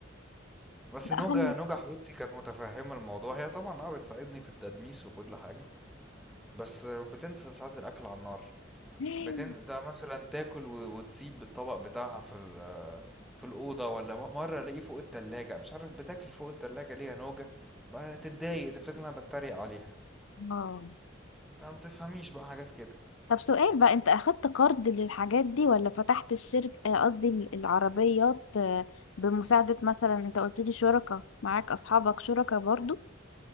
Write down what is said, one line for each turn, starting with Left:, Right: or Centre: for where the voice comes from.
Centre: بس
Left: لا
Centre: نوجا
Left: خلي
Centre: نوجا حبيبتي كانت متفهمة الموضوع هي طبعا اه بتساعدني في التدميس وكل حاجة بس بتنسى ساعات الأكل على النار
Left: <gasps>
Centre: بتن... ده مثلا تاكل و... وتسيب الطبق بتاعها في ال... في الأوضة ولا م- مرة ألاقيه فوق التلاجة مش عارف بتاكلي فوق التلاجة ليه يا نوجا ما تتضايق تفتكر إن أنا بتريق عليها
Left: اه
Centre: انت ما بتفهميش بقى حاجات كده
Left: طب سؤال بقى انت اخدت قرض للحاجات دي ولا فتحت الشركة آه، قصدي ال- العربيات آه، بمساعدة مثلا انت قلت لي شركاء معاك اصحابك شركاء برضو